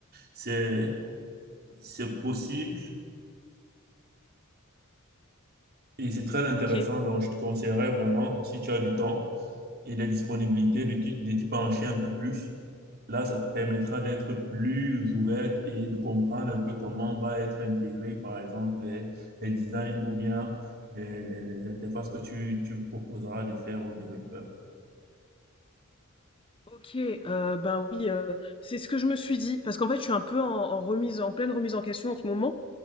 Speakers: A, on the right; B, on the left.
A: c'est, c'est possible et c'est très intéressant.
B: Ok,
A: Donc, je te conseillerais vraiment, si tu as du temps et la disponibilité, de t'y de t'y pencher un peu plus Là, ça te permettra d'être plus ouverte et de comprendre un peu comment va être intégré, par exemple, les, les designs ou bien les, les- les interfaces que tu, tu proposeras de faire aux développeurs.
B: ok, euh, ben oui, euh, c'est ce que je me suis dit, parce qu'en fait, je suis un peu en, en remise, en pleine remise en question en ce moment.